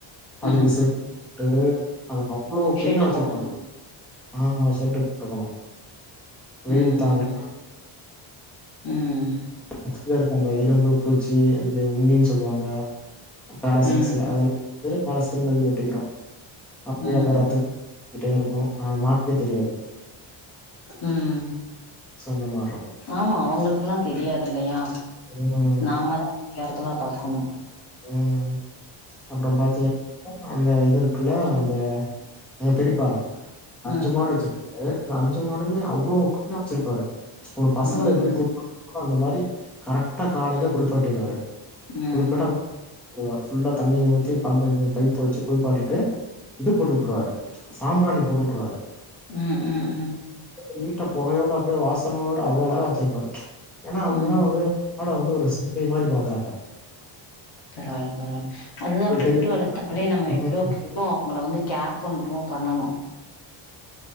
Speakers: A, in the centre; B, on the left (about 50°).
A: அதுக்கு
B: ம்
A: செட் டு அவ்ளோ க்ளீனா
B: ஷெட்டு
A: வச்சிர்ப்பாரு
B: போடணும்
A: ஆ சோட்டு ப்ருக்கனு வேரு
B: ம்
A: தாங்க
B: ம் ம்
A: த்துக்ல இருக் அந்த எரும்பு பூச்சி அந்தே உன்னின் சொல்வாங்க பேராசிட்ஸு
B: ம்
A: அதல் இரு மேல ஸ்கின்லுன்து ஒட்டிக்கிறோ அப்
B: ம்
A: யே அ ரத்து கிட்டேருக்கு ஆனா அது மாட்னே தெரியாது
B: ம்.
A: சோ அந்த மார் ருக்கு
B: ஆமா அவங்களுக்லா தெரியாதில்லையா
A: ம்,
B: நாமா தர்தலா பாக்கணு
A: ம் அப்றோ பாத்தீய அந்த இதுற்க்குள்ள அந்த எ பெரிப்பா அஞ்சு
B: ம்
A: மாடு வச்சிரு ஏ நா அஞ்சு மாடுமே அவ்ளோ <inaudible> வச்சிர்ப்பாரு ஒரு பசங்கள
B: ம்
A: எப்டி குளு <inaudible> அந்த மாரி கரக்ட்டா காலைய்ல குடுப்பாட்டிட்வாரு
B: ம்
A: குளிப்பட்டுவ் அ ஃபுல்லா தண்ணிய ஊத்தி பம்ப் இந்து பைப்ப வச்சி குள்ப்பாட்டிட்டு இது போட் வுட்ருவார் சாம்ப்ராணி போட்டு வுட்ருவார்
B: ம் ம் ம்
A: நீட்ட புகையோட அப்டே வாசனோட அவ்ளோ அழகா வச்சிருப்பாரு ஏன்னா அவங்கனா
B: ம்
A: வந்து ஆடோ வந்து ஒரு ஸிப்பி மாரி பாக்குறாங்க
B: பரவால்ல பரவால் அதுதா
A: உங்களுக்கு
B: பெட்டு
A: தெரியு
B: வளத்தாலே நம்ம எவ்ளோ
A: ம்
B: <inaudible> னு அவங்கள வந்து கேர் பண்றோ பண்ணணு